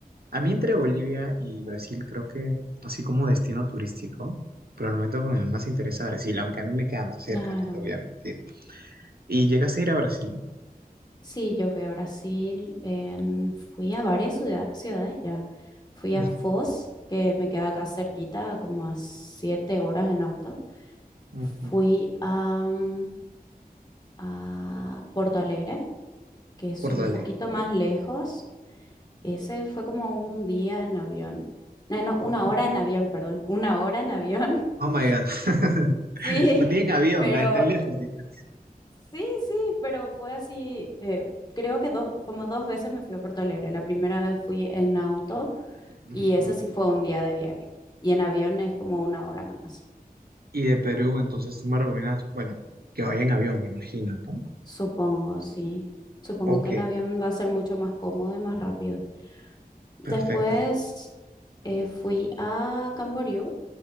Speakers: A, on the right (about 75°); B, on the left (about 25°).
A: a mí entre Bolivia y Brasil creo que, así como destino turístico, pero al momento me más interesa Brasil, aunque a mí me queda más cerca,
B: claro.
A: no te voy a mentir. ¿Y llegaste a ir a Brasil?
B: Sí, yo fui a Brasil, en- fui a varias ciudad- ciudades ya. Fui
A: Ujú,
B: a Foz, que me queda acá cerquita, como a siete horas en auto.
A: ujú.
B: Fui a, mm, a Porto Alegre, que es
A: Por
B: un
A: dale.
B: poquito más lejos. Ese fue como un día en avión. No, no, una
A: Ujú.
B: hora en avión, perdón. Una hora en avión. <laughs>
A: Oh my God. <laughs>
B: Sí,
A: Un día en avión,
B: pero
A: ahí tan lejos, dice.
B: Sí, sí, pero fue así, eh, creo que dos, como dos veces me fui a Puerto Alegre. La primera vez fui en auto
A: Ujú.
B: y ese sí fue un día de viaje. Y en avión es como una hora nomás.
A: Y de Perú, entonces tú me recomiendas, bueno, que vaya en avión, me imagino, ¿no?
B: Supongo, sí. Supongo
A: Ok,
B: que en avión va a ser mucho más cómodo y más rápido. Después
A: perfecto.
B: eh, fui a Camboriú,